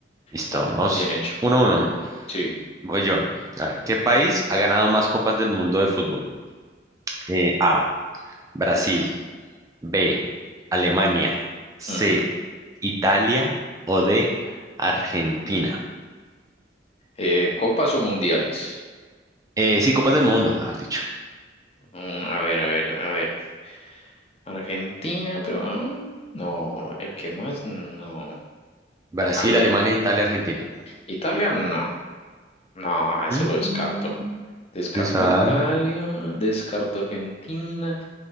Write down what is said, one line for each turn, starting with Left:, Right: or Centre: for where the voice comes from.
Right: Listo,
Left: Vale,
Right: vamos
Left: bien hecho.
Right: 1 uno,
Left: Sí.
Right: Voy yo. A ver, ¿qué país ha ganado más copas del mundo de fútbol? Eh, A, Brasil,
Left: Uf.
Right: B, Alemania, C,
Left: ujú.
Right: Italia o D, Argentina.
Left: Eh, ¿copas o mundiales?
Right: Eh, sí, copas del mundo, mejor dicho.
Left: Mm, a ver, a ver, a ver. Argentina, pero... mm, No, el que más, no.
Right: Brasil,
Left: Ale.
Right: Alemania, Italia, Argentina.
Left: Italia, no. No, ese
Right: Mm,
Left: lo descarto. Descarto
Right: ¿Quién sabe?
Left: a Italia, descarto a Argentina,